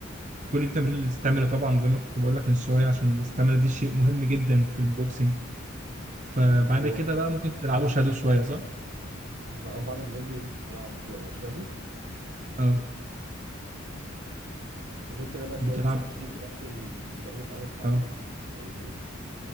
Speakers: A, on the right; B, on the right.
A: كل دي تمرين الاستامينا طبعا زي ما كنت بقول لك من شويه عشان الاستامينا دي شيء مهم جدا في البوكسنج فبعد
B: هو
A: كده بقى ممكن تلعبوا شادو شوية صح؟
B: احنا اه بعد ما بنجري بنلعب شادو
A: اه
B: غير كده بقى
A: بتلعب
B: شويه بس ساعات ممكن
A: شادو
B: الكابتن يجرينا حوالين الحلبه
A: اه
B: شويتين